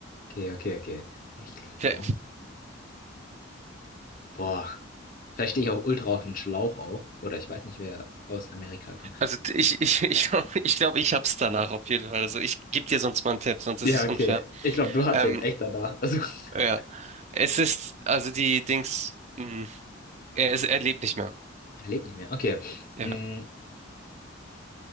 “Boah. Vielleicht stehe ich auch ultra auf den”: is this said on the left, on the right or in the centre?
Left